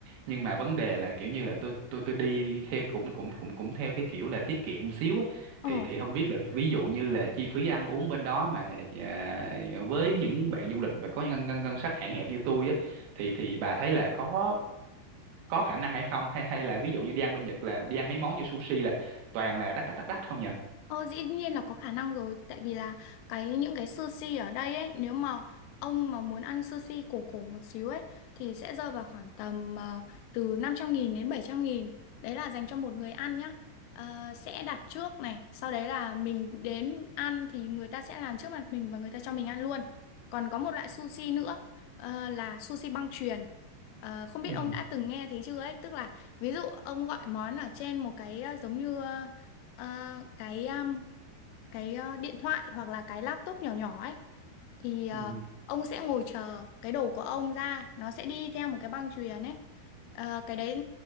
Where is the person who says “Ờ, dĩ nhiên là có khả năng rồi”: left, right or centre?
Left